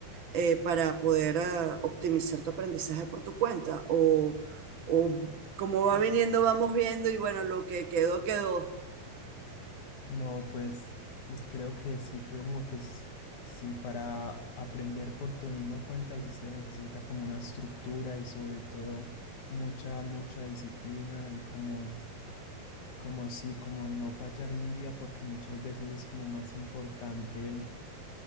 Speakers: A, on the right; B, on the left.
A: eh, para poder eh, optimizar tu aprendizaje por tu cuenta. O, o como va viniendo, vamos viendo y bueno, lo que quedó, quedó.
B: No, pues creo que sí, que como que es, sí, para aprender por tu misma cuenta sí se necesita como una estructura y sobre todo mucha, mucha disciplina y como, como sí, como no fallar un día porque muchas veces es como más importante el